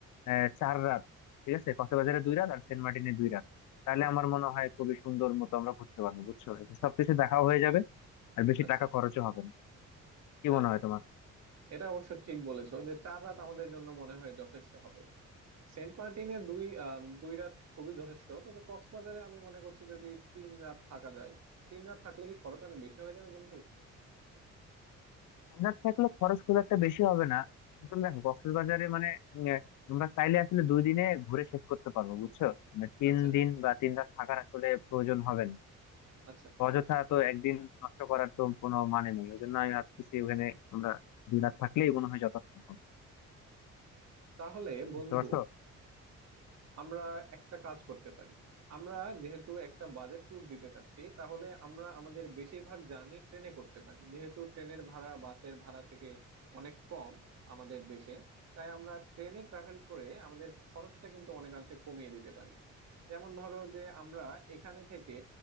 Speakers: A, on the left (about 80°); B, on the right (about 60°).
A: আহ, চার রাত ঠিক আছে কক্সবাজারে দুই রাত আর সেন্ট মার্টিনে দুই রাত তাহলে আমার মনে হয় খুবই সুন্দর মতো আমরা ঘুরতে পারবো বুঝছো এতে সবকিছু দেখাও হয়ে যাবে আর বেশি
B: আচ্ছা
A: টাকা খরচও হবে না কি
B: হ্যাঁ
A: মনে হয় তোমার
B: এটা অবশ্য ঠিক বলেছো যে চার রাত আমাদের জন্য মনে হয় যথেষ্ট হবে সেন্ট মার্টিনে দুই আম, দুই রাত খুবই যথেষ্ট তবে কক্সবাজারে আমি মনে করছি যদি তিন রাত থাকা যায় তিন রাত থাকলে কি খরচ অনেক বেশি হয়ে যাবে বন্ধু
A: আমরা থাকলে খরচ খুব একটা বেশি হবে না আসলে দেখো কক্সবাজারে মানে উম, আহ, তোমরা চাইলে আসলে দুই দিনে ঘুরে শেষ করতে পারবো বুঝছো মানে তিন
B: আচ্ছা
A: দিন বা তিন রাত থাকার আসলে প্রয়োজন হবে না
B: আচ্ছা
A: অযথা তো একদিন নষ্ট করার তো কোনো মানে নেই ওই জন্য আমি ভাবতেছি ওখানে আমরা দুই রাত থাকলেই মনে হয় যথেষ্ট হবে
B: তাহলে বন্ধু
A: বুঝতে পারছো
B: আমরা একটা কাজ করতে পারি আমরা যেহেতু একটা বাজেট ট্যুর দিতে চাচ্ছি তাহলে আমরা আমাদের বেশিরভাগ জার্নি ট্রেনে করতে পারি যেহেতু ট্রেনের ভাড়া বাসের ভাড়া থেকে অনেক কম আমাদের দেশে তাই আমরা ট্রেনে ট্রাভেল করে আমাদের খরচটা কিন্তু অনেকাংশে কমিয়ে দিতে পারি যেমন ধরো যে আমরা এখানে থেকে